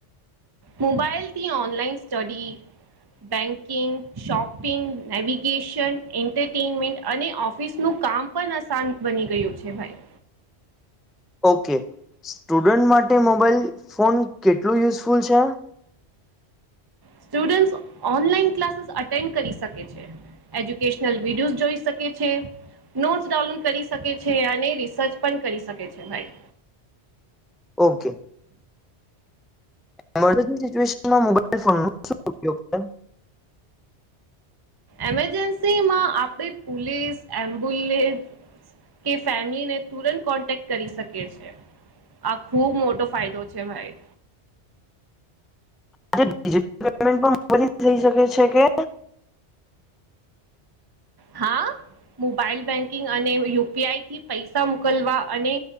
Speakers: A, on the right; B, in the centre.
A: મોબાઈલથી online study banking shopping navigation entertainment અને ઓફિસનું કામ પણ આસાન બની ગયું છે ભાઈ
B: ઓકે સ્ટુડન્ટ માટે મોબાઈલ ફોન કેટલું યુઝફુલ છે
A: સ્ટુડન્ટ ઓનલાઈન ક્લાસીસ અટેન્ડ કરી શકે છે એજ્યુકેશનલ વિડીયોઝ જોઈ શકે નોટ ડાઉન કરી શકે છે અને રિસર્ચ પણ કરી શકે છે ભાઈ
B: ઓકે મરજન્સી સિચ્યુએશનમાં મોબાઈલ ફોનનો શું ઉપયોગ છે
A: એમરજન્સી માં આપણે પોલીસ એમ્બ્યુલેન્સ કે ફેમિલીને તુરંત કોન્ટેક્ટ કરી શકે છે આ ખુબ મોટો ફાયદો છે ભાઈ
B: આ પેમેન્ટ પણ થઈ શકે છે કે
A: હા મોબાઈલ બેંકિંગ અને યુપીઆઈ થી પૈસા મોકલવા અને